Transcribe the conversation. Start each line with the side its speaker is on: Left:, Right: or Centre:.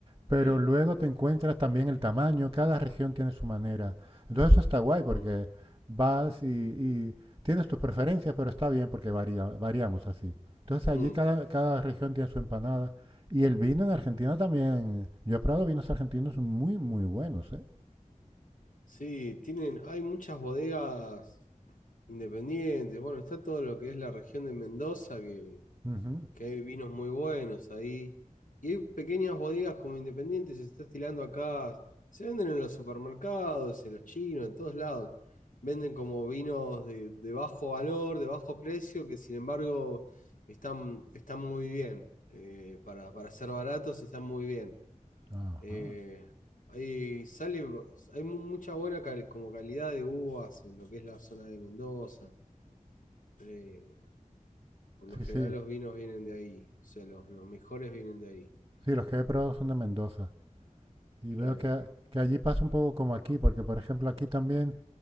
Right: Pero
Left: claro.
Right: luego te encuentras también el tamaño. Cada región tiene su manera. Entonces eso está guay porque
Left: mm,
Right: vas y, y tienes tus preferencias, pero está bien porque varía, variamos así. Entonces allí
Left: mm.
Right: cada, cada región tiene su empanada. Y el vino en Argentina también. Yo he probado vinos argentinos muy, muy buenos, ¿eh?
Left: Sí, tienen, hay muchas bodegas independientes. Bueno, está todo lo que es la región de Mendoza, que,
Right: Ujú.
Left: que hay vinos muy buenos ahí. Y hay pequeñas bodegas como independientes, se está estilando acá. Se venden en los supermercados, en los chinos, en todos lados. Venden como vinos de, de bajo valor, de bajo precio, que sin embargo están, están muy bien. Eh, para, para ser baratos están muy bien.
Right: Ajá.
Left: Eh, hay, sale, hay mu- mucha buena cal- como calidad de uvas en lo que es la zona de Mendoza. Eh, por
Right: Sí,
Left: lo general
Right: sí.
Left: los vinos vienen de ahí, o sea, los, los mejores vienen de ahí.
Right: Sí, los que he probado son de Mendoza. Y veo
Left: Claro.
Right: que, que allí pasa un poco como aquí, porque por ejemplo aquí también